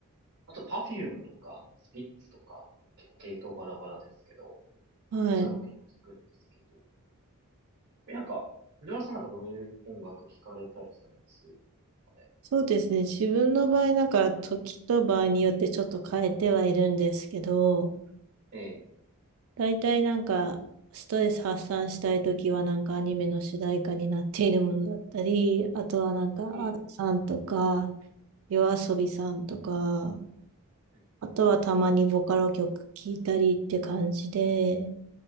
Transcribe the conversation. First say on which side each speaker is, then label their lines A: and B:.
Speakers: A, on the right (about 50°); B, on the right (about 65°).
A: あ、あとパフュームとか、スピッツとか、結構系統バラバラですけど、
B: はい。
A: そういうの結構聞くんですけど、なんか、藤原さんなんかどういう音楽聞かれたりされますかね
B: そうですね。自分の場合、なんか、時と場合によってちょっと変えてはいるんですけど、
A: え
B: 大体なんか、ストレス発散したいときはなんかアニメの主題歌になっているものだったり、あとはなんか、
A: え、ええ。
B: アルさんとか、夜遊びさんとか、
A: うん
B: あとはたまにボカロ曲聴いたりって感じで、